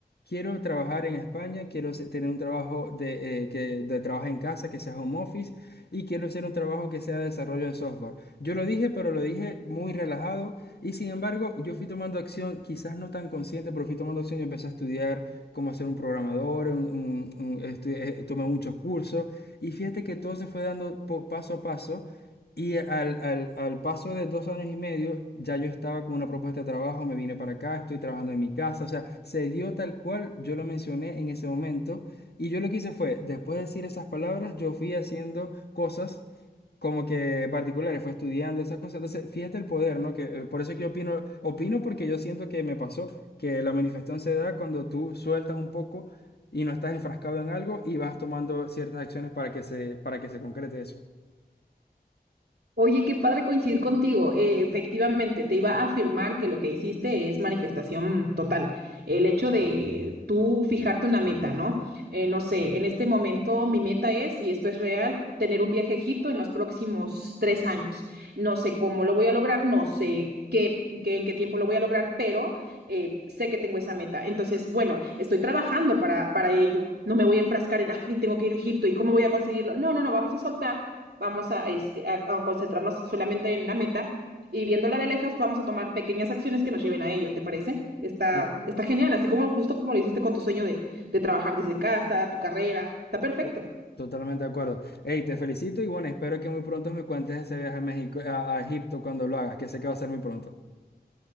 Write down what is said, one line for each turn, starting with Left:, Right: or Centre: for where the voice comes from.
Left: quiero trabajar en España, quiero se- tener un trabajo de, eh, que, de trabajo en casa, que sea home office, y quiero hacer un trabajo que sea de desarrollo de software. Yo lo dije, pero lo dije muy relajado, y sin embargo, yo fui tomando acción, quizás no tan consciente, pero fui tomando acción y empecé a estudiar cómo ser un programador, un- un- un- estu- eh, tomé muchos cursos y fíjate que todo se fue dando po- paso a paso y al, al- al paso de dos años y medio ya yo estaba con una propuesta de trabajo, me vine para acá, estoy trabajando en mi casa, o sea, se dio tal cual yo lo mencioné en ese momento y yo lo que hice fue, después de decir esas palabras, yo fui haciendo cosas como que particulares, fue estudiando esas cosas. Entonces, fíjate el poder, ¿no? Que eh, por eso que yo opino, opino porque yo siento que me pasó que la manifestación se da cuando tú sueltas un poco y no estás enfrascado en algo y vas tomando ciertas acciones para que se, para que se concrete eso.
Right: Oye, qué padre coincidir contigo. Eh, efectivamente, te iba a afirmar que lo que hiciste es manifestación total. El hecho de tú fijarte una meta, ¿no? Eh, no sé, en este momento mi meta es, y esto es real, tener un viaje a Egipto en los próximos tres años. No sé cómo lo voy a lograr, no sé qué, qué- en qué tiempo lo voy a lograr, pero eh, sé que tengo esa meta. Entonces, bueno, estoy trabajando para, para ello. No me voy a enfrascar en, ay, tengo que ir a Egipto y cómo voy a conseguirlo. No, no, no, vamos a soltar vamos a, este, a, a concentrarnos solamente en la meta y viéndola de lejos vamos a tomar pequeñas acciones que nos lleven a ello, ¿te parece? Está,
Left: Sí, sí.
Right: está genial, así como justo como lo hiciste con tu sueño de, de trabajar desde casa, tu carrera, está perfecto.
Left: To- Totalmente de acuerdo. Hey, te felicito y bueno, espero que muy pronto me cuentes ese viaje a México, a, a Egipto cuando lo hagas, que sé que va a ser muy pronto.